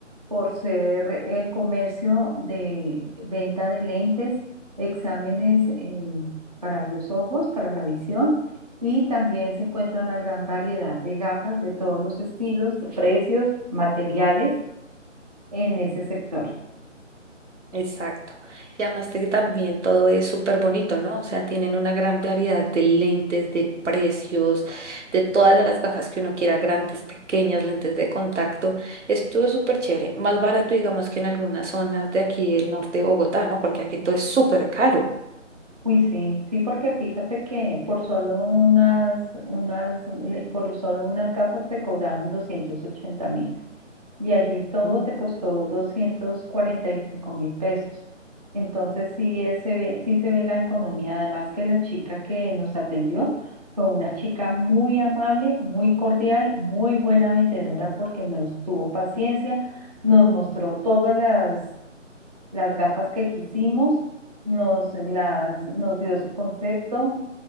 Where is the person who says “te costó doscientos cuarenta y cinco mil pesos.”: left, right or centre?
Right